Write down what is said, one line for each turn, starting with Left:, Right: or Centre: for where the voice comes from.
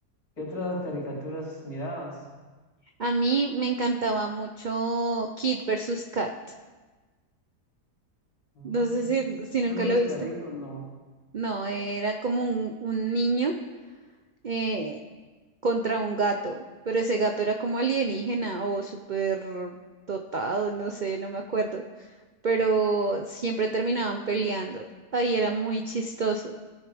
Left: qué otras caricaturas mirabas?
Right: A mí me encantaba mucho Kid versus Kat.
Left: Mm,
Right: No sé si, si
Left: Eran
Right: nunca
Left: unos
Right: lo viste.
Left: perritos, no,
Right: No, era como un, un niño eh, contra un gato, pero ese gato era como alienígena o súper dotado, no sé, no me acuerdo. Pero siempre terminaban peleando. Ahí era muy chistoso.